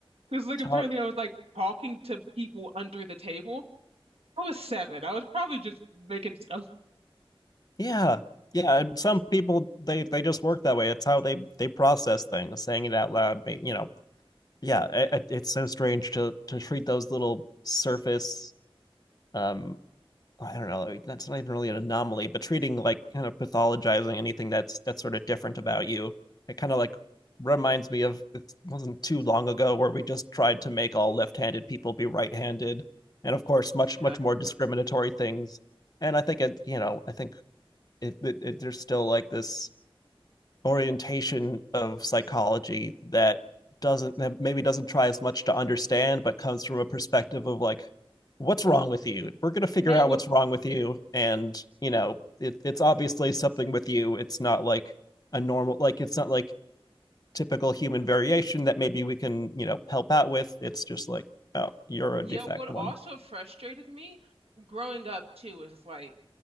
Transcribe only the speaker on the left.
Talk.
Yeah. Yeah. And some people, they, they just work that way. It's how they, they process things, saying it out loud. ma- You know, yeah. it- it's so strange to, to treat those little surface, um, I don't know, like, that's not even really an anomaly, but treating like kind of pathologizing anything that's that's sort of different about you. It kind of like reminds me of it wasn't too long ago where we just tried to make all left-handed people be right-handed and of course much
much more discriminatory things and i think it you know i think it, it, it there's still like this orientation of psychology that doesn't that maybe doesn't try as much to understand but comes from a perspective of like what's wrong with you we're going to figure
out
what's wrong with you and you know it, it's obviously something with you it's not like a normal like it's not like typical human variation that maybe we can you know help out with it's just like oh you're a
defect
one